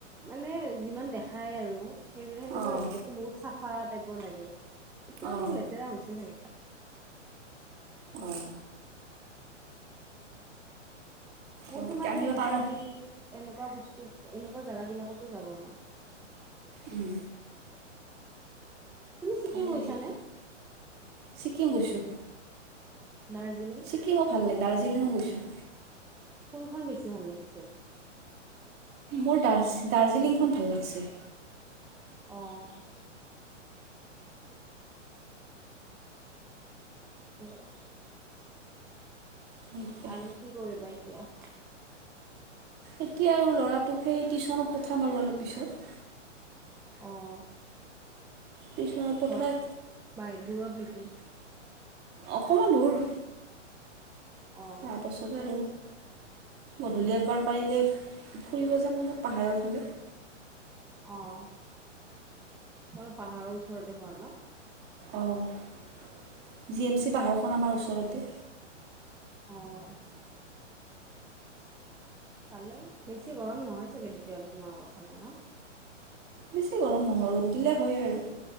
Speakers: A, in the centre; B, on the right (about 25°).
A: মানে যিমান দেখাই আৰু সেইবিলাক সেনেকুৱা
B: অঁ
A: হিচাপতো বহুত চাফা টাইপৰ লাগে, এতিয়া
B: অঁ
A: অলপ লেতেৰা হৈছে চাগে।
B: অ'
A: মোৰ
B: অঁ
A: তোমাৰ
B: আমিও
A: সেই ইটালী,
B: পাৰোঁ
A: এনেকুৱা বস্তু এনেকুৱা জেগা বিলাকতো যাব মন।
B: উম
A: তুমি ছিকিম
B: ভাল
A: গৈছানে
B: লাগিল। ছিকিম গৈছোঁ।
A: দাৰ্জিলিং।
B: ছিকিমো ভাল লাগে, দাৰ্জিলিঙো গৈছোঁ।
A: কোনখন বেছি ভাল লাগিছে?
B: মোৰ দাৰ্জি দাৰ্জিলিংখন ভাল লাগিছে।
A: অ' ঠিকে আছে।
B: সেইটোৱে
A: আৰু কি কৰিবা এতিয়া?
B: এতিয়া আৰু ল'ৰাটোক সেই টিউচনত পঠাম আৰু অলপ পিছত।
A: অ'
B: টিছনত পঠাই,
A: ঘৰ বাই দূৰত নেকি
B: অকমান দূৰ।
A: অ
B: তাৰ পাছত আৰু গধূলি এবাৰ পাৰিলে ফুৰিব যাম অলপ পাহাৰৰ ফালে।
A: অ' তোমাৰ পাহাৰৰ ওচৰতে ঘৰ ন'?
B: অ' জি এম চি পাহাৰখন আমাৰ ওচৰতে।
A: অ' ভালে বেছি গৰম নহয় চাগে তেতিয়া হ'লে তোমালোকৰ ফালে ন'?
B: বেছি গৰম নহয় ৰ'দ দিলে হয় বাৰু।